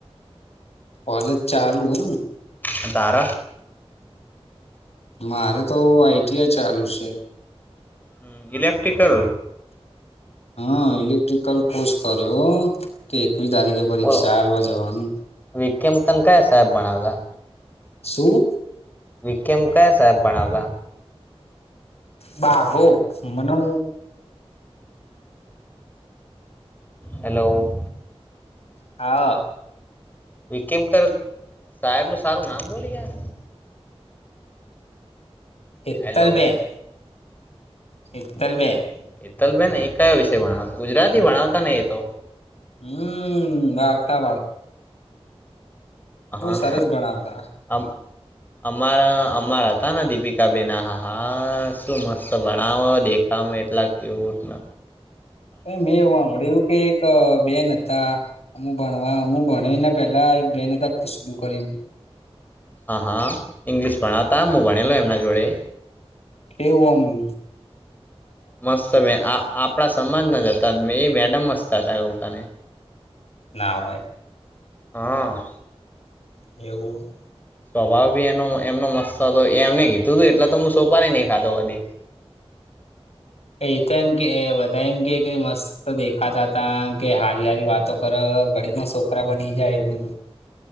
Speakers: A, on the left; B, on the left.
A: કોલેજ ચાલુ હોય
B: અંન તાર
A: મારે તો આઈ ટી આઈ ચાલુ છે.
B: હમ ઇલેક્ટ્રિકલ
A: હ ઇલેક્ટ્રિકલ કોર્સ કર્યો તો એકવી તારીખે પરીક્ષા
B: બોલો
A: હાલવા જવાનું
B: વિકેમ તને કયા સાહેબ ભણાવલા
A: શું?
B: વિકેમ કયા સાહેબ ભણાવતા
A: બાગો મને.
B: હલો.
A: હા.
B: વિકિમકર સાહેબ નું સારું નામ બોલી યાર.
A: હેતલબેન
B: હેલો
A: હેતલબેન
B: હેતલબેન એ કયો વિષય ભણાવ ગુજરાતી ભણાવતા ને એતો
A: હમ વાર્તા વાળુ
B: હા
A: સરસ ભણાવતા
B: અમ અમારે અમાર હતા દીપિકાબેના આ હા હા શું મસ તો ભણાવો દેખાવ એટલા કેયુટને
A: મેં એવું વાંભળ્યું કે એક બેન હતા. અમુ ભણવા, અમુ ભણને પેલા બેનતા ખુશબુ કરીને.
B: હા, હા, ઇંગ્લિશ ભણાવતા. હું ભણેલો એમના જોડે.
A: એવું એમ.
B: મસ્ત બે આપણા સમાજ ના જતા, એ મેડમ મસ્ત હતા લોકોને.
A: ના હોય.
B: હ.
A: એવું.
B: સ્વભાવ બી એનો એનો મસ્ત હતો. એ એમને કીધું હતું, એટલે તો હું સોપારી નહી ખાધા બધી. <unintelligible>
A: એ તો એમ કે, બધા કે મસ્ત દેખાતા હતા કે હારી-હારી વાત? તો કર, ઘડીમાં છોકરા બની જાય એવું.